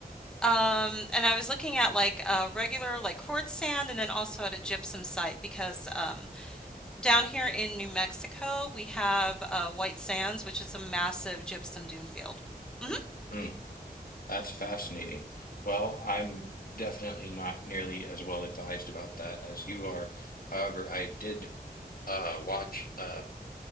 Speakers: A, in the centre; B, on the left.
A: Um, and I was looking at like a regular like quartz sand and then also at a gypsum site because um, Down here in New Mexico, we have uh, White Sands, which is a massive gypsum dune field. hmm
B: Mm, that's fascinating. Well, I'm definitely not nearly as well advised about that as you are. However, I did uh, watch. a